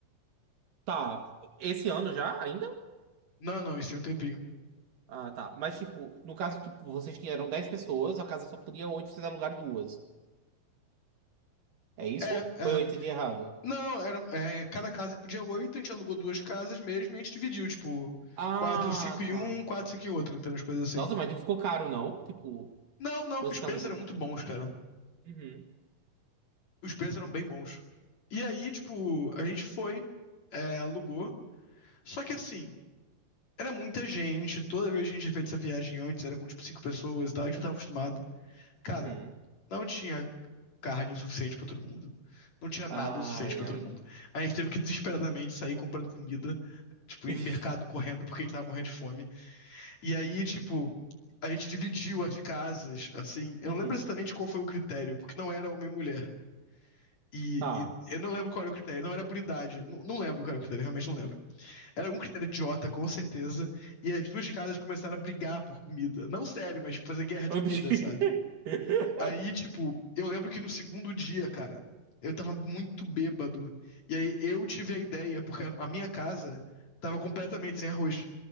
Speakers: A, on the right; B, on the left.
A: Tá, esse ano já, ainda?
B: Não, não, isso tem um tempinho.
A: Ah, tá. Mas, tipo, no caso, tipo, vocês tinham 10 pessoas, a casa só podia 8. vocês alugaram duas. É isso?
B: É, é.
A: Ou eu entendi errado?
B: Não, era, é, cada casa podia oito, a gente alugou duas casas mesmo e a gente dividiu, tipo,
A: Ah,
B: quatro, cinco em
A: tá.
B: um, quatro, cinco em outro, entendeu? As coisas assim.
A: Nossa, mas não ficou caro, não? Tipo,
B: Não, não,
A: duas
B: que os
A: casas
B: preços
A: de...
B: eram
A: oito.
B: muito bons, cara.
A: Uhum,
B: Os preços eram bem bons. E aí, tipo, a gente foi, é, alugou. Só que assim, Era muita gente, toda vez que a gente tinha feito essa viagem antes, era com tipo cinco pessoas e tal, a gente não tava acostumado. Cara,
A: uhum.
B: não tinha carne o suficiente pra todo mundo. Não tinha
A: Ai,
B: nada o suficiente pra
A: ai.
B: todo mundo. A gente teve que desesperadamente sair comprando comida, tipo, ir
A: Ixi.
B: no mercado correndo porque a gente tava morrendo de fome. E aí, tipo, a gente dividiu as casas, assim. Eu
A: Uhum.
B: não lembro exatamente qual foi o critério, porque não era homem e mulher. E,
A: Tá.
B: e eu não lembro qual era o critério, não era por idade. Não, não lembro qual era o critério, realmente não lembro. Era um critério idiota, com certeza. E as duas casas começaram a brigar por comida. Não sério, mas tipo, fazer guerra de
A: <laughs>
B: comida, sabe? Aí, tipo, eu lembro que no segundo dia, cara, eu tava muito bêbado. E aí eu tive a ideia, porque a minha casa tava completamente sem arroz.